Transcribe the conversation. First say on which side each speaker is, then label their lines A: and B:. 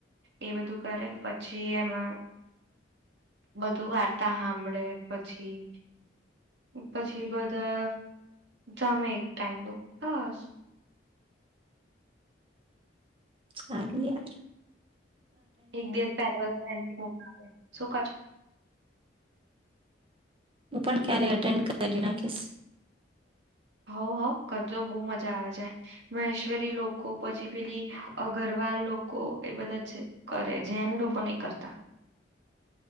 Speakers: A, on the right; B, on the right.
A: એ બધું કરે પછી એમાં બધું વાર્તા સાંભળે પછી પછી બધા જમે એક ટાઈમ દો બસ.
B: હયાર.
A: એક દિવસ પહેલા શું ક.
B: હું પણ ક્યારે એટેન્ડ કરી નાખીશ.
A: હો હો કરજો બહુ મજા આવે છે મહેશ્વરી લોકો પછી પેલી અગરવાલ લોકો એ બધા કરે જેૈન લોકો નહી કરતા.